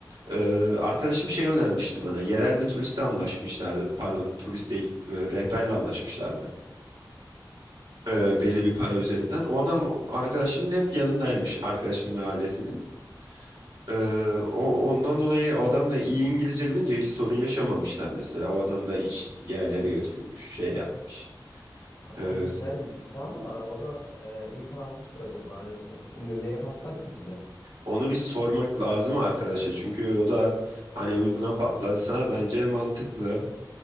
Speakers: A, on the right (about 80°); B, on the left (about 70°).
A: e, arkadaşım şey önermişti bana. Yerel bir turistle anlaşmışlardı. Pardon, turist değil, e, rehberle anlaşmışlardı. E, belli bir para üzerinden. O adam arkadaşımın hep yanındaymış, arkadaşım ve ailesinin. E, o ondan dolayı o adam da iyi İngilizce bilince hiç sorun yaşamamışlar mesela. O adam da iç yerlere götürmüş, şey yapmış. E,
B: O güzelmiş işte ama o da e, iyi para almıştır acaba. Hani e, ne- neye patlar ki bize?
A: onu bir sormak lazım arkadaşa çünkü o da Hani uyguna patlasa bence mantıklı.